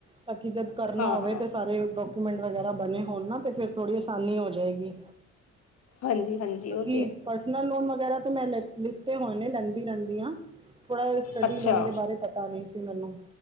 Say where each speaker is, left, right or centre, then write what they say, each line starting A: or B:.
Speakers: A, on the right (about 15°); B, on the left (about 55°).
A: ਤਾਂ ਕਿ ਜਦ ਕਰਨਾ
B: ਹਾਂ
A: ਹੋਵੇ
B: ਹਾਂ
A: ਤਾਂ ਸਾਰੇ ਡੋਕ ਮੈੰਟ ਵਗੈਰਾ ਬਣੇ ਹੋਣ ਨਾ ਫੇਰ ਥੋੜ੍ਹੀ ਆਸਾਨੀ ਹੋ ਜਾਏਗੀ।
B: ਹਾਂਜੀ ਹਾਂਜੀ, ਓਹ
A: ਕਿ ਪਰਸਨਲ ਲੋਨ ਵਗੈਰਾ ਤੇ ਮੈਂ ਲ ਲਿੱਤੇ ਹੋਏ ਨੇ ਲੈਂਦੀ ਰਹਿੰਦੀ ਆਂ। ਥੋੜਾ ਜਾ ਸਟੱਡੀ
B: ਅੱਛਾ
A: ਲੋਨ ਦੇ ਬਾਰੇ ਪਤਾ ਨਹੀਂ ਸੀ ਮੈਨੂੰ,